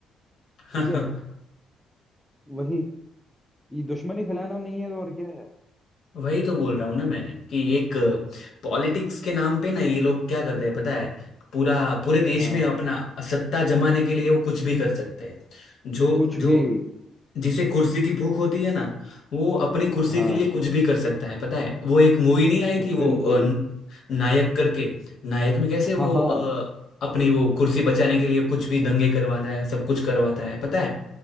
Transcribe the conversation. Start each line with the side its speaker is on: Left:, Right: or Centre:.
Centre: ठीक
Left: हम्म
Centre: है वही ये दुश्मनी फैलाना नहीं है तो और क्या है
Left: <laughs> वही तो बोल रहा हूँ ना मैं कि एक पॉलिटिक्स के नाम पे ना ये लोग क्या करते हैं पता है पूरा पूरे देश
Centre: हाँ
Left: में अपना सत्ता जमाने के लिए वो कुछ भी कर सकते हैं जो
Centre: कुछ
Left: जो
Centre: भी
Left: जिसे कुर्सी की भूख होती है ना वो अपनी कुर्सी
Centre: हाँ
Left: के लिए कुछ भी कर सकता है पता है वो एक मूवी नहीं आई थी वो
Centre: बिल्कुल
Left: अ, न- नायक करके नायक में कैसे वो
Centre: हाँ हाँ
Left: अ, अपनी वो कुर्सी बचाने के लिए कुछ भी दंगे करवाता है सब कुछ करवाता है पता है